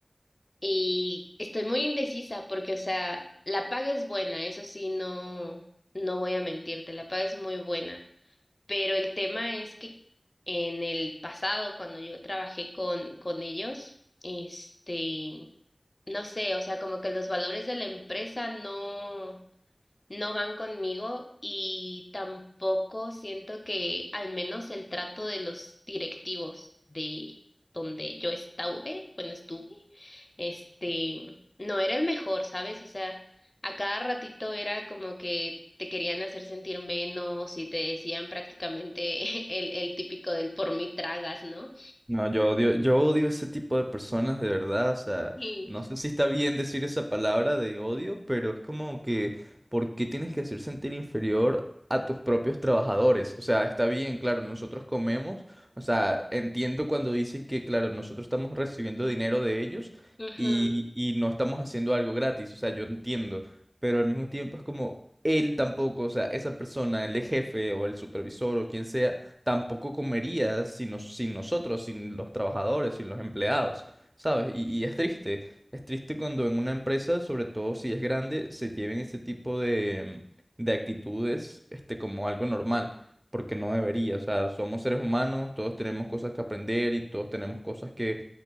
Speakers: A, on the left; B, on the right.
A: Y estoy muy indecisa porque, o sea, la paga es buena, eso sí, no, no voy a mentirte, la paga es muy buena. Pero el tema es que en el pasado, cuando yo trabajé con, con ellos, este no sé, o sea, como que los valores de la empresa no, no van conmigo y tampoco siento que al menos el trato de los directivos de donde yo estuve, bueno, estuve, este, no era el mejor, ¿sabes? O sea, a cada ratito era como que te querían hacer sentir menos y te decían prácticamente <laughs> el, el típico del por mí tragas, ¿no?
B: No, yo odio, yo odio ese tipo de personas, de verdad. O sea,
A: Sí.
B: no sé si está bien decir esa palabra de odio, pero es como que, ¿por qué tienes que hacer sentir inferior a tus propios trabajadores? O sea, está bien, claro, nosotros comemos. O sea, entiendo cuando dicen que, claro, nosotros estamos recibiendo dinero de ellos
A: Ujú,
B: y, y no estamos haciendo algo gratis. O sea, yo entiendo, pero al mismo tiempo es como él tampoco, o sea, esa persona, el jefe o el supervisor o quien sea tampoco comerías sin, nos- sin nosotros, sin los trabajadores, sin los empleados, ¿sabes? Y, y es triste, es triste cuando en una empresa, sobre todo si es grande, se lleven ese tipo de, de actitudes, este, como algo normal, porque no debería, o sea, somos seres humanos, todos tenemos cosas que aprender y todos tenemos cosas que